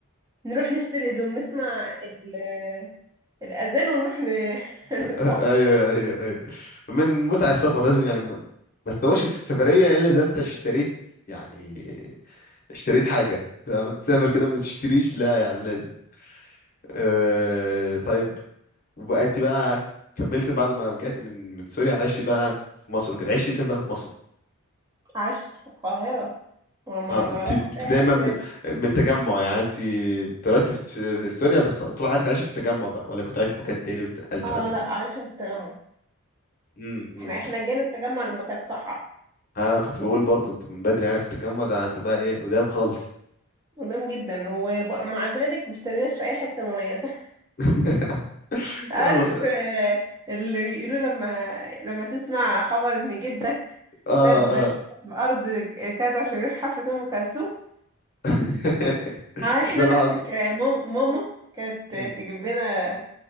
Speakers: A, on the right; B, on the left.
A: نروح نشتري هدوم نسمع ال... الأذان ونروح ن... <laughs>
B: ايوه
A: صح
B: ايوه ايوه من متع السفر لازم يعني ما ما تسواش سفرية الا اذا انت اشتريت يعني اشتريت حاجة لما تسافر كده ما تشتريش لا يعني لازم آه طيب وبقى انت بقى كملت بعد ما رجعت من من سوريا عشت بقى في مصر وكده عشت فين بقى في مصر
A: عشت في القاهرة وما
B: اه
A: ما
B: انت
A: رحتش
B: انت
A: أي
B: دايما
A: حتة
B: م-
A: تانية
B: من التجمع يعني انت اتولدت في في سوريا بس طول حياتك عايش في التجمع بقى ولا كنت عايش في مكان تاني واتنقلت
A: اه
B: لحد
A: لا
B: ما
A: عايشة في التجمع
B: امم امم
A: احنا احنا جينا التجمع لما كانت صحة
B: اه كنت بقول برضه انت من بدري يعني في التجمع ده انت بقى ايه قدام خالص
A: قدام جدا ومع ذلك ما اشتريناش في أي حتة مميزة
B: <laughs>
A: عارف
B: يلا خير
A: آه، اللي بيقولوا لما لما تسمع خبر ان جدك
B: اه
A: ساب
B: اه
A: الارض كذا عشان يروح حفلة ام كلثوم
B: <laughs>
A: اه احنا
B: ده اللي
A: نفس
B: حصل
A: الكلام مام- ماما كانت
B: مم.
A: تجيب لنا